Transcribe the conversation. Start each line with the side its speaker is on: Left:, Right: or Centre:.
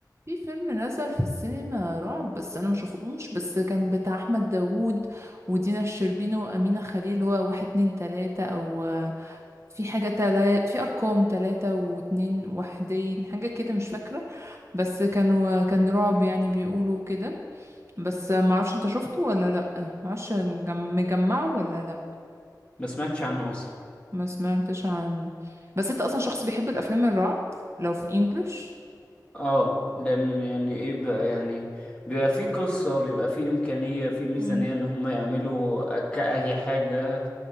Right: في فيلم نزل في السينما رعب بس انا ما شفتوش بس كان بتاع احمد داوود ودينا الشربيني وامينه خليل هو واحد اتنين تلاته او في حاجة تلا... في أرقام تلاتة واتنين وحدين حاجة كده مش فاكرة بس كانوا كان رعب يعني بيقولوا كده بس معرفش انت شفته ولا لأ معرفش مجم- مجمعه ولا لأ
Left: ما سمعتش عنه اصلا
Right: ما سمعتش عنه بس انت أصلا شخص بيحب الأفلام الرعب لو في انجلش
Left: اه لان يعني ايه بقى يعني بيبقى في قصة بيبقى في امكانية في ميزانية
Right: مم.
Left: ان هم يعملوا أك- اي حاجة